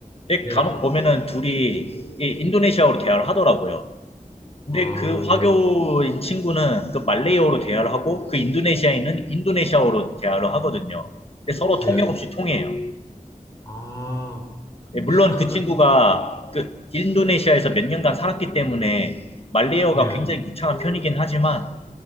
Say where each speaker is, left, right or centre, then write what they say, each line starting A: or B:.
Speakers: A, on the left; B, on the left.
A: 근데
B: 네.
A: 간혹 보면은 둘이 인도네시아어로 대화를 하더라고요. 근데
B: 아,
A: 그 화교인
B: 네,
A: 친구는 그 말레이어로 대화를 하고 그 인도네시아인은
B: 네,
A: 인도네시아어로 대화를 하거든요. 근데 서로
B: 네.
A: 통역 없이 통해요.
B: 아,
A: 예, 물론
B: <laughs>
A: 그 친구가 그 인도네시아에서 몇 년간 살았기 때문에 말레이어가
B: 예,
A: 굉장히 유창한 편이긴 하지만